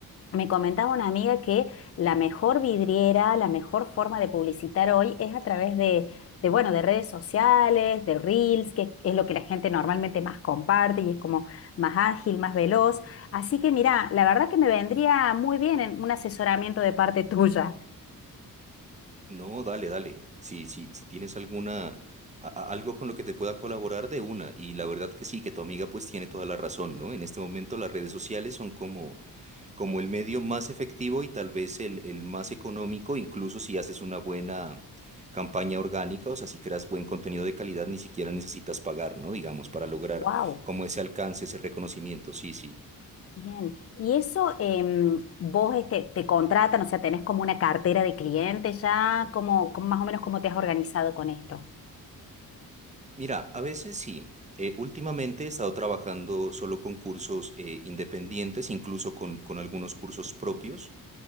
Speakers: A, on the left; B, on the right.
A: me comentaba una amiga que la mejor vidriera, la mejor forma de publicitar hoy es a través de, de, bueno, de redes sociales, de reels, que es lo que la gente normalmente más comparte y es como más ágil, más veloz. Así que mira, la verdad que me vendría muy bien en un asesoramiento de parte tuya.
B: No, dale, dale. Si, si, si tienes alguna, a- a- algo con lo que te pueda colaborar de una. Y la verdad que sí, que tu amiga pues tiene toda la razón, ¿no? En este momento las redes sociales son como, como el medio más efectivo y tal vez el, el más económico, incluso si haces una buena campaña orgánica, o sea, si creas buen contenido de calidad, ni siquiera necesitas pagar, ¿no? Digamos, para lograr
A: Wow,
B: como ese alcance, ese reconocimiento. Sí, sí.
A: bien. ¿Y eso em, vos este, te contratan, o sea, tenés como una cartera de clientes ya? ¿Cómo, cómo- más o menos cómo te has organizado con esto?
B: Mira, a veces sí. Eh, últimamente he estado trabajando solo con cursos eh, independientes, incluso con, con algunos cursos propios